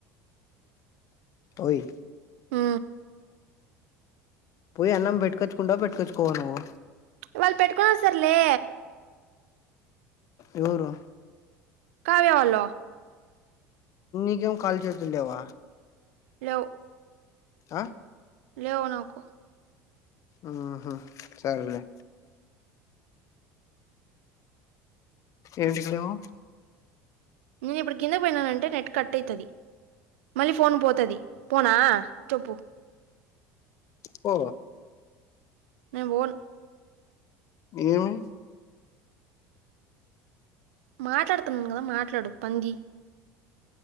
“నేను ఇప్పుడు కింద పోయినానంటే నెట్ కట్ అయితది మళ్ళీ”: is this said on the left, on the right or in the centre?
Right